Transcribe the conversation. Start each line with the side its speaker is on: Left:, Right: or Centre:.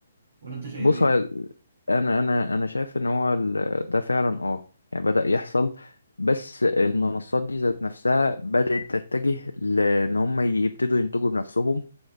Right: ولا انت شايف
Left: بص
Right: ايه؟
Left: هو انا انا انا شايف ان هو ال- ده فعلا اه يعني بدأ يحصل بس المنصات دي ذات نفسها بدأت تتجه لان هم يبتدوا ينتجوا بنفسهم